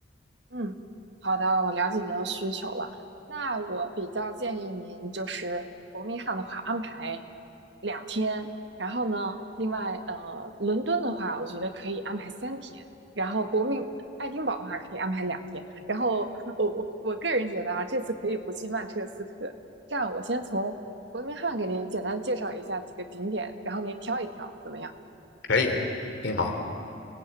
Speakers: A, on the right; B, on the left.
A: 嗯，好的，我了解您的需求了。那我比较建议您，就是伯明翰的话安排两天，然后呢，另外呃，伦敦的话，我觉得可以安排三天，然后伯明爱丁堡的话可以安排两天。然后我我我个人觉得啊，这次可以不去曼彻斯特。这样，我先从伯明翰给您简单介绍一下几个景点，然后您挑一挑，怎么样？
B: 可以，挺好，